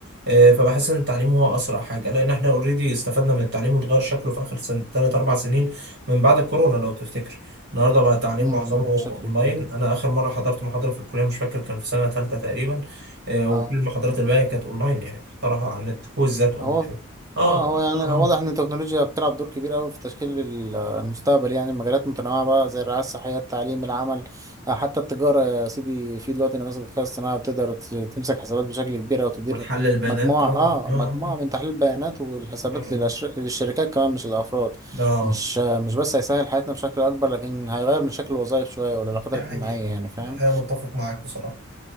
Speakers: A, on the right; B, on the right.
A: آه، فبحس إن التعليم هو أسرع حاجة لأن إحنا أوريدي استفدنا من التعليم وتغير شكله في آخر سنة تلات أربع سنين من بعد الكورونا لو تفتكر النهاردة بقى التعليم
B: مم.
A: معظمه
B: بشكل
A: أونلاين
B: كبير
A: أنا آخر مرة حضرت محاضرة في الكلية مش فاكر كان في سنة تالتة تقريبا آه،
B: آه
A: وكل المحاضرات الباقية كانت أونلاين يعني محضرها عن النت كويزات أونلاين
B: هو
A: آه
B: اه هو
A: آه،
B: يعني
A: آه.
B: واضح ان التكنولوجيا بتلعب دور كبير قوي في تشكيل ال- المستقبل يعني مجالات متنوعه بقى زي الرعايه الصحيه التعليم العمل آه، حتى التجاره يا سيدي في دلوقتي نماذج الذكاء الصناعي بتقدر ت- تمسك حسابات بشكل كبير او تدير
A: وتحلل بيانات
B: مجموعه
A: طبعا
B: اه
A: آه
B: مجموعه من تحليل البيانات والحسابات
A: آه
B: للأشر-
A: آه
B: للشركات كمان مش الافراد
A: آه. آه.
B: مش آه، مش بس هيسهل حياتنا بشكل اكبر لكن هيغير من شكل الوظائف شويه والعلاقات
A: ده
B: الاجتماعيه
A: حقيقة
B: يعني فاهم
A: ده حقيقة متفق معاك بصراحة